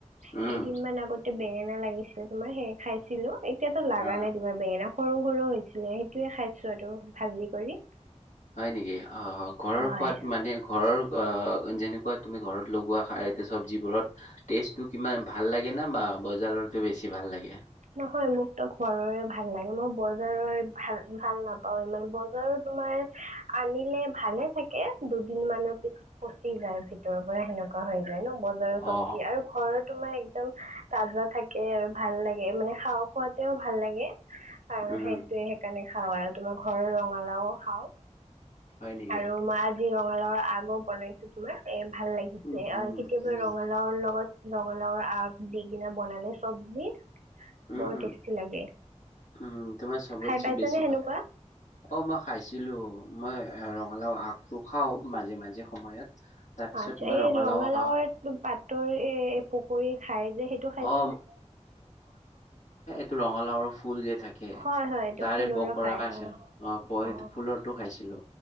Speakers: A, on the left; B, on the right.
A: উম
B: কেইদিনমান আগত। বেঙেনা লাগিছিলে, তোমাৰ সেই খাইছিলো এতিয়াতো ল লগা
A: অহ
B: নাই তোমাৰ বেঙেনা। সৰু-সৰু হৈছিলে। সেইটোয়ে খাইছো আৰু ভাজি কৰি।
A: হয় নেকি? অ 'ঘৰৰ
B: হয়
A: সোৱাদ মানে ঘৰৰ আহ যেনেকুৱা তুমি ঘৰত লগোৱা চব্জিবোৰত টেষ্টটো কিমান ভাল লাগে না বা বজাৰত? বেছি ভাল লাগে?
B: নহয়, মোকতো ঘৰৰে ভাল লাগে। মই বজাৰৰে ভাল ভাল নাপাও ইমান। বজাৰত তোমাৰ আনিলে ভালে থাকে, দুদিন মানৰ পিছত পচি যায়। ভিতৰৰ পৰা সেনেকুৱা হৈ ন, বজাৰৰ
A: অহ
B: চব্জি আৰু ঘৰৰ তোমাৰ একদম তাজা থাকে আৰু ভাল লাগে। মানে খাওঁ খোৱাতেও ভাল লাগে আৰু
A: উম
B: সেইটোয়ে সেইকাৰণে। খাওঁ আৰু তোমাৰ ঘৰৰ ৰঙালাও খাওঁ
A: হয় নেকি?
B: আৰু মা ৰঙালাওৰ আগো বনাইছো তোমাৰ এ ভাল লাগিছে।
A: উম
B: অ'
A: উম
B: কেতিয়াবা
A: উম
B: ৰঙালাওৰ লগত ৰঙালাওৰ আগ দি কিনা বনালে চব্জি।
A: উম,
B: বৰ
A: উম,
B: টেষ্টি লাগে
A: উম তোমাৰ চবতি
B: খাই পাইছানে
A: বেছি
B: সেনেকুৱা?
A: পা অ, মই খাইছিলো মই ৰঙালাও আগটো খাওঁ মাজে মাজে সময়ত। তাৰপিছত
B: আচ্ছা।
A: মই
B: এই ৰঙালাও
A: খাওঁ।
B: পাত ৰ, এ পকৰী খাই যে সেইটো খাইছানে?
A: অ টো ৰঙালাওৰ ফুল যে থাকে
B: হয় হয় এইটো
A: তাৰে
B: ফুলৰ
A: পকৰা
B: খাই
A: খাইছ অ', প
B: অ
A: ফুলতো খাইছিলো